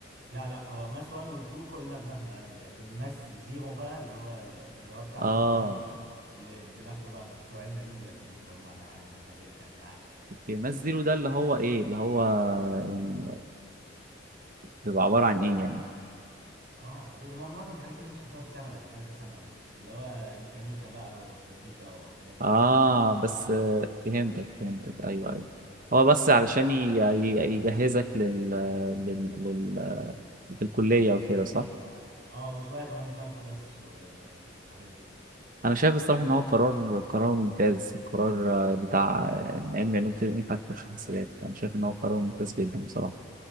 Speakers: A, on the right; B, on the right.
A: لا لا هو ماس 1 و 2 كلنا بناخده عادي لكن ماس زيرو بقى اللي هو اللي هو بتاع
B: اه
A: تالتة ثانوي اللي بناخده بقى بتوع علم علوم بياخدوه اللي هم انا يعني والناس اللي كانت معايا
B: اوكي ماث زيرو ده اللي هو ايه اللي هو يعني بيبقى عباره عن ايه يعني
A: اه هي مع- معظم الحاجات اللي انت خدتها في ثانوي تالتة ثانوي اللي هو ميكانيكا بقى واستاتيكا والحاجات دي
B: اه بس آه، فهمتك فهمتك ايوه ايوه هو بس علشان ي- ي- يجهزك لل لل- لل- في الكلية وكده صح؟
A: اه وشوية كمان كالكولاس والحاجات دي
B: أنا شايف الصراحة إن هو قرار قرار ممتاز، قرار آه، بتاع آه، إن علم علوم طب ينفع تخش حاسبات، أنا شايف إن هو قرار ممتاز جدا بصراحة.